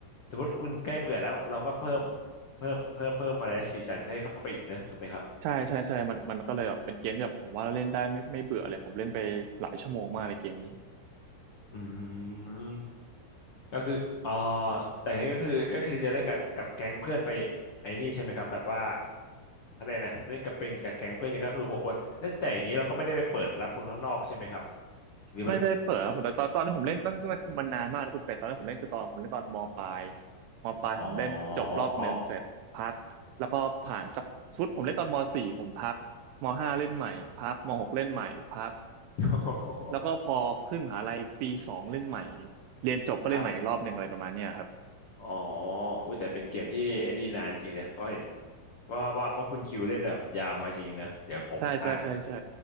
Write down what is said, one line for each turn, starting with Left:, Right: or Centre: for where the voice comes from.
Left: สมมติคุณใกล้เบื่อแล้วเราก็เพิ่มเพิ่มเพิ่มเพิ่มอะไรนะสีสันให้เข้าไปอีกนะถูกไหมครับ
Right: ใช่ใช่ใช่มันมันก็เลยแบบเป็นเกมที่แบบผมว่าเล่นได้ไม่ไม่เบื่อเลยผมเล่นไปหลายชั่วโมงมากเลยเกมนี้
Left: อืมก็คืออ๋อแต่ก็คือก็คือจะได้กับกับแก๊งเพื่อนไปไอ้นี่ใช่ไหมครับแบบว่าอะไรนะเล่นกับเป็นกับแก๊งเพื่อนเนี่ยก็คือหกคนแล้วแต่อย่างนี้เราก็ไม่ได้ไปเปิดรับคนข้างนอกใช่ไหมครับหรือมัน
Right: ไม่ได้เปิดครับแต่ตอนตอนที่ผมเล่นนั่นนั่นคือมันนานมากนะคุณเป็ดตอนที่ผมเล่นคือตอนผมเล่นตอนมปลายมปลายผมเล่นจบรอบหนึ่งเสร็จพักแล้วก็ผ่านสักชุดผมเล่นตอนมสี่ผมพักมห้าเล่นใหม่พักมหกเล่นใหม่พัก
Left: อ๋ออ๋อ <laughs>
Right: แล้วก็พอขึ้นมหาลัยปีสองเล่นใหม่เรียนจบก็เล่นใหม่อีกรอบหนึ่งอะไรประมาณเนี้ยครับ
Left: ครับอ๋ออุ้ยแต่เป็นเกมที่ไอ้นี่นานจริงนะเพราะเห็น ว่าว่าเพราะคุณคิวเล่นแบบยาวมาจริงนะเดี๋ยวผมอาจ
Right: ใช่ใช่ใช่ใช่